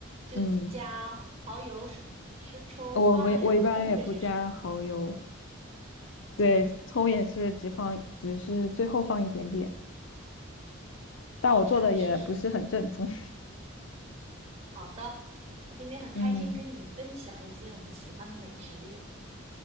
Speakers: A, on the right; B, on the left.
A: 就加蚝油、
B: 嗯。
A: 生生抽、
B: 我没，
A: 蒜呀、
B: 我一般也不加蚝油，
A: 葱这些，是不是？
B: 对，葱也是只放，只是最后放一点点，但我做的也不是很正宗。
A: 好，我下次试试。
B: <laughs>
A: 好的，那今天很开心跟你分享一些我们喜欢的美食。
B: 嗯，